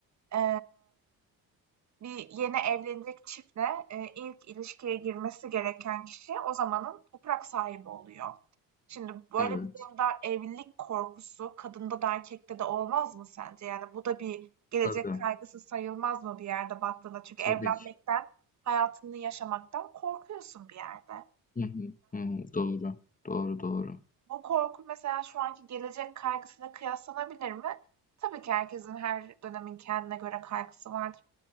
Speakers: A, on the right (about 50°); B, on the left (about 20°).
A: E, bir yeni evlenecek çiftle e, ilk ilişkiye girmesi gereken kişi o zamanın toprak sahibi oluyor. Şimdi böyle
B: Evet.
A: bir durumda evlilik korkusu kadında da erkekte de olmaz mı sence? Yani bu da bir gelecek
B: Tabii.
A: kaygısı sayılmaz mı bir yerde baktığında? Çünkü
B: Tabii
A: evlenmekten,
B: ki.
A: hayatını yaşamaktan korkuyorsun bir yerde.
B: Hı hı. Hı hı. Doğru. Doğru doğru.
A: Bu korku mesela şu anki gelecek kaygısıyla kıyaslanabilir mi? Tabii ki herkesin her dönemin kendine göre kaygısı vardır.